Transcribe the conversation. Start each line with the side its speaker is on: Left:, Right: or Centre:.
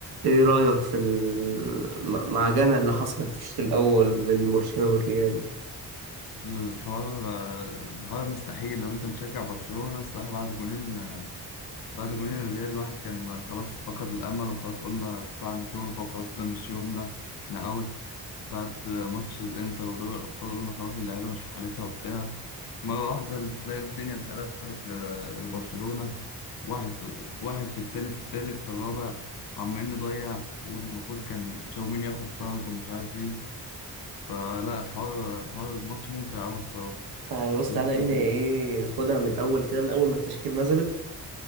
Right: ايه رأيك في المعجنة اللي حصلت في الشوط الأول بين برشلونة والريال دي؟
Left: الحوار الحوار مستحيل لو انت بتشجع برشلونة الصراحة بعد جونين بعد جونين الريال الواحد كان خلاص فقد الأمل وخلاص قلنا دفعنا شوربة وخلاص ده مش يومنا احنا أوت بعد ماتش الإنتر ودوري الأبطال قلنا خلاص اللعيبة مش في حالتها وبتاع مرة واحدة تلاقي الدنيا اتقلبت ل- لبرشلونة واحد واحد في التاني في التالت في الرابع وعمالين نضيع والمفروض كان تشاوميني ياخد طرد ومش عارف ايه فلا الحوار الحوار ماتش ممتع أوي الصراحة.
Right: آه بص تعالى
Left: انت شفته ازاي؟
Right: هنا ايه ناخدها من الأول كده من أول ما التشكيلة نزلت